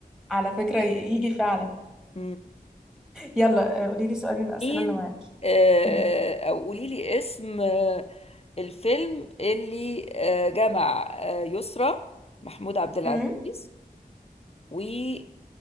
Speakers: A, in the centre; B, on the left.
A: على فكره ي- يجي فعلا
B: مم.
A: يلا آه، قولي لي سؤال من الاسئله
B: مين
A: اللي معاكي
B: آه،
A: قولي لي
B: او قولي لي اسم آه، الفيلم اللي آه، جمع آه، يسرا محمود عبد العزيز
A: أمم،
B: وكان